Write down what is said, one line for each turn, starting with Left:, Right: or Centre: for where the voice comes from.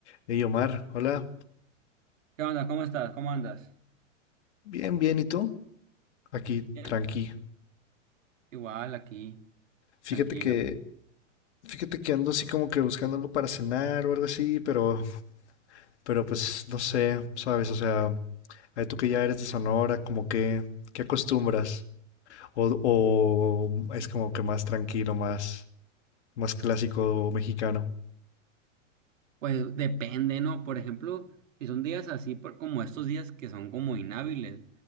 Left: Hey Omar, hola,
Right: ¿Qué onda? ¿Cómo estás? ¿Cómo andas?
Left: bien, bien, ¿y tú? Aquí,
Right: Bien.
Left: tranqui.
Right: Igual aquí,
Left: Fíjate
Right: tranquilo.
Left: que, fíjate que ando así como que buscando algo para cenar o algo así, pero, pero pues no sé, sabes, o sea, ay, tú que ya eres de Sonora, como que, ¿qué acostumbras? O, o es como que más tranquilo, más, más clásico mexicano.
Right: Pues depende, ¿no? Por ejemplo, si son días así por- como estos días que son como inhábiles,